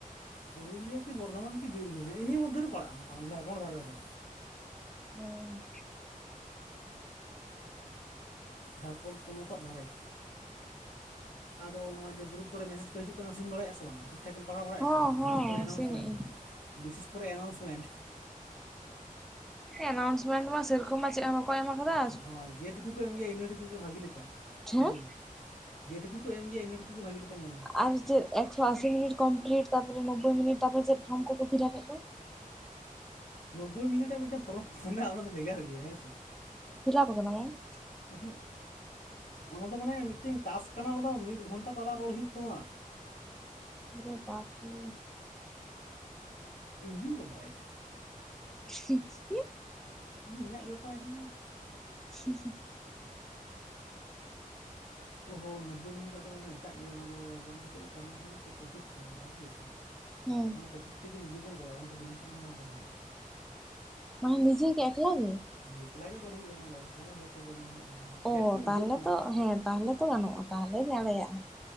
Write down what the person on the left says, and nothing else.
ᱯᱩᱨᱩᱞᱤᱭᱟ ᱠᱤ ᱵᱚᱨᱫᱷᱚᱢᱟᱱ ᱠᱤ ᱵᱤᱨᱵᱷᱩᱢ ᱦᱤᱜ ᱱᱤᱭᱟᱹ ᱢᱚᱫᱷᱮ ᱨᱮ ᱯᱟᱲᱟᱜ-ᱟ, ᱚᱸᱰᱮ ᱡᱷᱟᱨᱠᱷᱚᱱᱰ ᱫᱷᱟᱨᱮ ᱨᱮ᱾
ᱡᱷᱟᱲᱠᱷᱚᱸᱰ ᱯᱚᱱᱚᱛ ᱟᱜ ᱫᱷᱟᱨᱮ ᱟᱫᱚ ᱱᱚᱣᱟ ᱡᱮ ᱜᱨᱩᱯ ᱠᱚᱨᱮ ᱢᱮᱥᱮᱡᱽ ᱠᱚ ᱦᱤᱡᱩᱜ ᱠᱟᱱᱟ ᱥᱤᱱ ᱵᱟᱲᱟᱭᱟᱜᱼᱟ ᱠᱟᱱᱟ ᱥᱮ ᱵᱟᱝ-ᱟ, ᱴᱷᱤᱠ ᱴᱷᱟᱠᱮᱢ ᱯᱟᱲᱦᱟᱣ ᱵᱟᱲᱟᱭᱮᱫᱼᱟ
ᱥᱮ ᱵᱟᱝ-ᱟ
ᱵᱤᱥᱮᱥ ᱠᱚᱨᱮ ᱮᱱᱟᱣᱩᱥᱢᱮᱱᱴ
ᱵᱤᱥᱮᱥ ᱠᱚᱨᱮ ᱮᱱᱟᱣᱩᱥᱢᱮᱱᱴ,
ᱦᱳᱭ ᱡᱮᱴᱩᱠᱩ ᱜᱮᱢ ᱤᱭᱟ. ᱭ ᱤᱱᱟᱹ ᱴᱩᱠᱩ ᱜᱮ ᱵᱷᱟᱹᱜᱤ ᱞᱮᱠᱟ,
ᱧᱮᱞ ᱢᱮ᱾ ᱡᱮᱴᱩᱠᱩ ᱠᱚ ᱮᱢ ᱜᱮᱭᱟ ᱤᱱᱟᱹ ᱴᱩᱠᱩ ᱜᱮ ᱵᱷᱟᱜᱮ ᱞᱮᱠᱟ ᱧᱮᱞ ᱢᱮ᱾
ᱱᱚᱵᱽᱵᱳᱭ ᱢᱤᱱᱤᱴ-ᱟᱜ ᱢᱤᱫᱴᱟᱜ ᱯᱷᱚᱨᱚᱢ ᱢᱮᱱᱟᱜᱼᱟ, ᱚᱱᱟ ᱫᱚ ᱵᱷᱮᱜᱟᱨ ᱜᱮᱭᱟ ᱦᱮᱸ ᱥᱮ
ᱦᱸ <inaudible> ᱚᱱᱟ ᱫᱚ ᱢᱟᱱᱮ ᱢᱤᱫᱴᱮᱱ ᱴᱟᱥᱠ ᱠᱟᱱᱟ ᱚᱱᱟ ᱫᱚ ᱢᱤᱫ ᱜᱷᱚᱱᱴᱟ ᱛᱟᱞᱟ ᱨᱚᱲ ᱦᱩᱭᱩᱜ ᱛᱟᱢᱟ,
ᱤᱧ ᱫᱩᱧ ᱨᱚᱲ ᱫᱟᱲᱮᱭᱟᱜᱼᱟ᱾
ᱤᱧ ᱤᱧᱟᱜ ᱜᱮ ᱚᱠᱚᱭ ᱟᱸᱡᱚᱢᱟᱭ,
ᱚᱦᱚ ᱱᱚᱵᱽᱵᱳᱭ ᱢᱤᱱᱤᱴ ᱟᱜ ᱫᱚ ᱢᱟᱱᱮ ᱮᱴᱟᱜ ᱜᱮᱭᱟ, ᱚᱱᱟ ᱫᱚ ᱵᱚᱞᱛᱮ ᱪᱮᱫ ᱞᱮᱠᱟ ᱚᱱᱟ ᱢᱤᱫᱴᱟᱝ ᱴᱚᱯᱤᱠ ᱠᱚ ᱮᱢᱚᱜᱼᱟ ᱴᱷᱤᱠ ᱟᱪᱷᱮ᱾
ᱚᱱᱟ ᱴᱚᱯᱤᱠ ᱛᱮᱜᱮ ᱱᱤᱡᱮ ᱜᱮᱢ ᱨᱚᱲᱟ ᱚᱱᱟᱛᱮ ᱪᱤᱞᱤ ᱥᱟᱞᱟᱜ ᱦᱚᱸ ᱵᱟᱢ ᱨᱚᱲᱟ ᱦᱩᱭᱩᱜᱼᱟ᱾
ᱦᱳᱭ ᱮᱠᱞᱟ ᱜᱮ ᱨᱚᱲ ᱦᱩᱭᱩᱜᱼᱟ, ᱚᱱᱟ ᱫᱚ ᱜᱮ ᱵᱷᱚᱭᱮᱥ ᱨᱮᱠᱚᱨᱰᱤᱝ ᱦᱩᱭᱩᱜᱼᱟ ᱢᱚᱱᱮ ᱦᱚᱭ,
ᱡᱮᱴᱩᱠᱩ ᱵᱩᱡᱷᱟᱹᱜ
ᱠᱟᱱᱟ
ᱟᱨ ᱪᱮᱫ